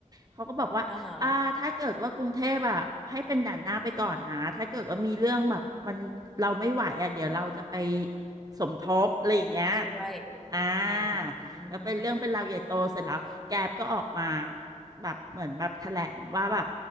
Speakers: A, on the right (about 30°); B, in the centre.
A: เขาก็บอกว่าอ่าถ้าเกิดว่ากรุงเทพอ่ะให้เป็นด่านหน้าไปก่อนนะถ้าเกิดว่ามีเรื่องแบบมันเราไม่ไหวอ่ะเดี๋ยวเราจะไป
B: อ่าฮะ
A: สมทบอะไรอย่างเงี้ย
B: มาช่วย
A: อ่า
B: อื
A: แล้วเป็นเรื่องเป็นราวใหญ่โตเสร็จแล้วแกร็บก็ออกมา
B: ม
A: แบบเหมือนแบบแถลงว่าแบบ